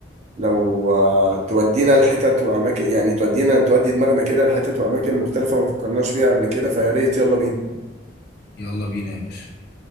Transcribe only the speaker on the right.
لو آه، تودينا لحتت واماكن يعني تودينا تودي دماغنا كده لحتت واماكن مختلفة ما فكرناش فيها قبل كده فيا ريت يلا بينا